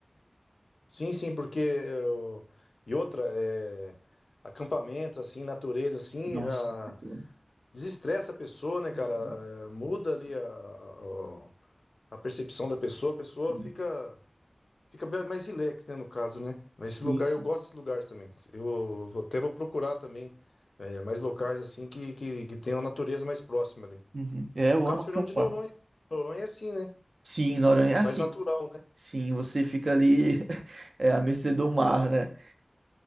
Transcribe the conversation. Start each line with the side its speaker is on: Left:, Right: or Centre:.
Left: sim, sim, porque eu- e outra, é, acampamentos, assim, natureza, assim,
Right: Nossa,
Left: a-
Right: muito bom.
Left: desestressa a pessoa, né,
Right: Uhum,
Left: cara? É, muda ali a, a percepção da pessoa, a pessoa
Right: Sim,
Left: fica fica bem mais relax, né, no caso, né? Mas
Right: sim,
Left: esse lugar,
Right: sim.
Left: eu gosto desses lugares também. Eu vou- até vou procurar também é, mais locais assim que, que, que tenham a natureza mais próxima ali.
Right: Uhum. É, eu
Left: No caso,
Right: amo acampar.
Left: Fernando de Noronha. Noronha é assim, né?
Right: Sim, Noronha é
Left: É mais
Right: assim.
Left: natural, né?
Right: Sim, você fica ali <laughs> é, à mercê do mar, né?